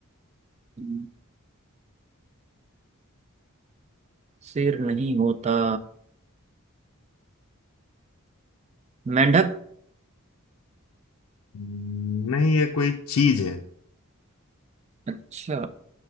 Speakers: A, on the right; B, on the left.
A: ना सिर नहीं होता मेंढक
B: हम्म, नहीं ये कोई चीज है
A: अच्छा